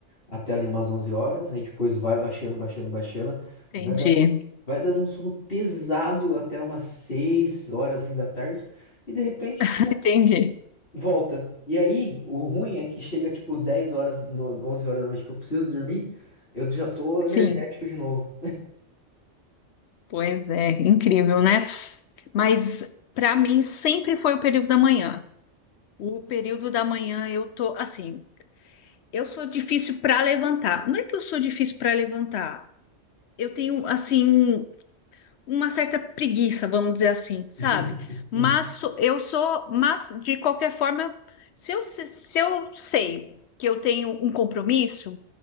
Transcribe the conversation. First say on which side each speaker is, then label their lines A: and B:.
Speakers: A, on the left (about 50°); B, on the left (about 65°).
A: até ali umas 11 horas, aí depois vai baixando, baixando, baixando,
B: entendi.
A: vai dando, vai dando um sono pesado até umas 6 horas assim, da tarde, e de repente
B: Entendi.
A: pum, volta. E aí, o ruim é que chega tipo 10 horas, no- 11 horas da noite que eu preciso dormir, eu já tô energético
B: Sim,
A: de novo.
B: pois é, incrível, né? Mas para mim sempre foi o período da manhã. O período da manhã eu tô assim, eu sou difícil para levantar. Não é que eu sou difícil para levantar. Eu tenho assim uma certa preguiça, vamos dizer assim, sabe?
A: <laughs>
B: Mas
A: Uhum,
B: so- eu sou, mas de qualquer forma, eu- se eu, se, se eu sei que eu tenho um compromisso,